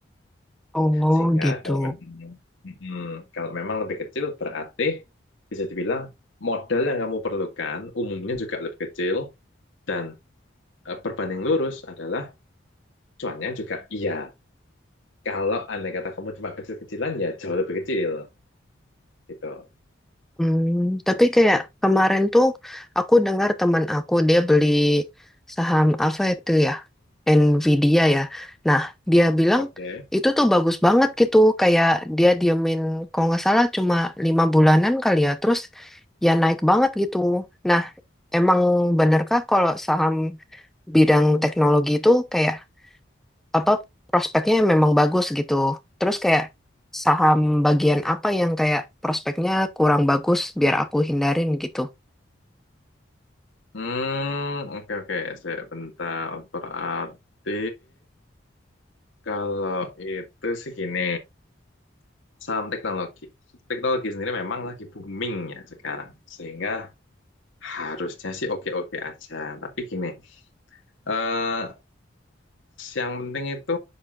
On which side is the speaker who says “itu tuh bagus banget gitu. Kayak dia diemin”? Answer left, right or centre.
Centre